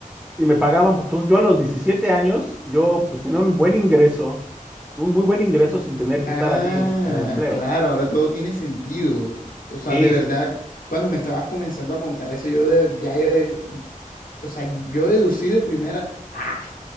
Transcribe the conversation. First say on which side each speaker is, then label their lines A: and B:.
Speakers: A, in the centre; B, on the left.
A: y me pagaban. Entonces yo a los 17 años, yo pues tenía un buen ingreso, un muy buen ingreso sin tener
B: Ah,
A: que estar así en empleo.
B: claro, ahora todo tiene sentido. O sea,
A: Sí,
B: de verdad,
A: sí,
B: cuando me estabas comenzando a contar eso, yo de- ya, yo de- o sea, yo deducí de primera, ah,